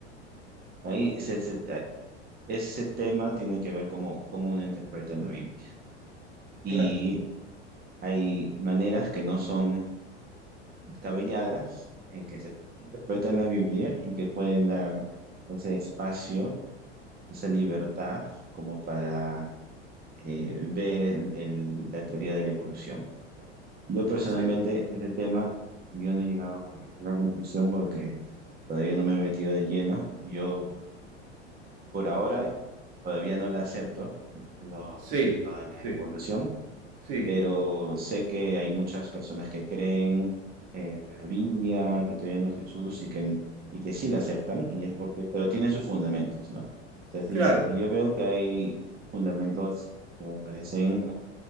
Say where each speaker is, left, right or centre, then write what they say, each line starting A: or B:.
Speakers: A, on the right (about 25°); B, on the right (about 60°).
A: ahí ese, ese- eh, ese tema tiene que ver cómo, cómo uno interpreta la Biblia. Y
B: Claro,
A: hay maneras que no son descabelladas en que se interpreta la Biblia y que pueden dar ese espacio, esa libertad como para... eh, ver el- el- la teoría de la evolución. Yo personalmente,
B: sí,
A: ese tema, yo no he llegado a ninguna conclusión porque todavía no me he metido de lleno. Yo, por ahora, todavía no la acepto, lo,
B: sí,
A: lo de la
B: sí,
A: evolución,
B: sí,
A: pero sé que hay muchas personas que creen en la Biblia, que creen en Jesús y que, y que sí la aceptan, y es porque, pero tiene sus fundamentos, ¿no? O sea, si,
B: claro,
A: si yo veo que hay fundamentos que me parecen